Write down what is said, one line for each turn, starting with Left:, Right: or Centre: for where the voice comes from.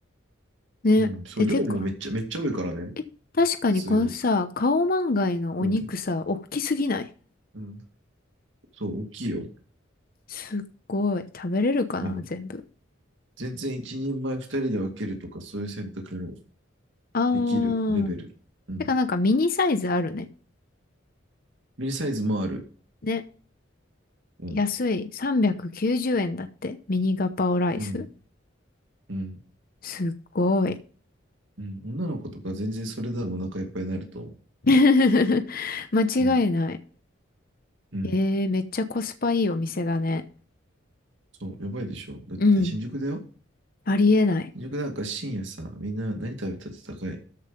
Left: ね。
Right: うん、そう、
Left: え、
Right: 量もめっちゃ、
Left: てか、
Right: めっちゃ多いからね、普
Left: え、確かにこのさ、
Right: 通に。
Left: カオマンガイのお肉さ、
Right: うん、
Left: おっきすぎない
Right: うん。そう、大きいよ。
Left: すっごい。食べれるかな、
Right: うん。
Left: 全部。
Right: 全然一人前二人で分けるとか、そういう選択も
Left: あー。
Right: できるレベル。うん。
Left: てかなんかミニサイズあるね。
Right: ミニサイズもある。
Left: ね。
Right: うん、
Left: 安い。390円だって。ミニガパオライス。
Right: うん、うん、
Left: すっごい。
Right: うん。女の子とか全然それでもお腹いっぱいになると思う。
Left: <laughs> 間違いない。
Right: うん、うん。
Left: えー、めっちゃコスパいいお店だね。
Right: そう、やばいでしょ。だって新宿だよ。
Left: うん。ありえない。
Right: 新宿なんか深夜さ、みんな何食べたって高い。